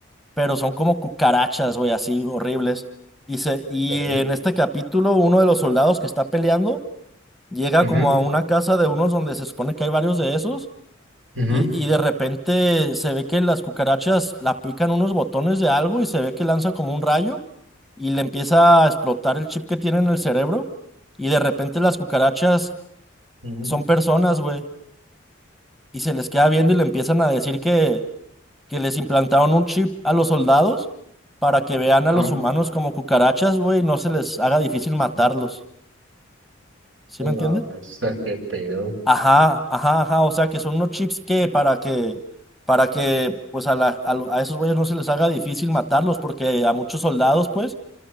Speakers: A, in the centre; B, on the right.
A: pero son como cucarachas, güey, así horribles. Y, se, y
B: Ok.
A: en este capítulo, uno de los soldados que está peleando Llega
B: Ujú,
A: como a una casa de unos donde se supone que hay varios de esos
B: ujú,
A: y, y de repente se ve que las cucarachas la aplican unos botones de algo y se ve que lanza como un rayo y le empieza a explotar el chip que tiene en el cerebro y de repente las cucarachas
B: ujú.
A: son personas, güey, y se les queda viendo y le empiezan a decir que, que les implantaron un chip a los soldados para que vean a
B: Ah,
A: los humanos como cucarachas, güey, y no se les haga difícil matarlos. ¿Sí
B: la
A: me entiendes?
B: bestia, qué pedo.
A: Ajá, ajá, ajá, o sea que son unos chips que para que, para que pues a, la, a, lo- a esos güeyes no se les haga difícil matarlos, porque a muchos soldados pues